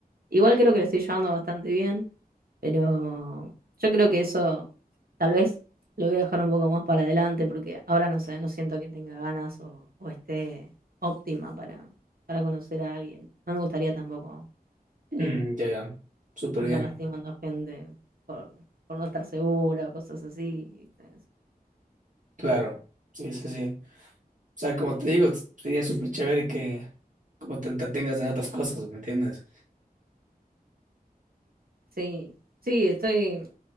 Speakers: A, on the right; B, on the right.
A: Igual creo que lo estoy llevando bastante bien, pero yo creo que eso Tal vez lo voy a dejar un poco más para adelante porque ahora no sé, no siento que tenga ganas o, o esté óptima para, para conocer a alguien. No me gustaría tampoco eh,
B: Mm, ya, ya. Súper
A: andar
B: bien.
A: lastimando a gente por, por no estar segura o cosas así. ¿viste?
B: Claro. Sí, sí, sí. O sea, como te digo, sería súper chévere que como te entretengas en otras cosas, ¿me entiendes?
A: Sí, sí, estoy...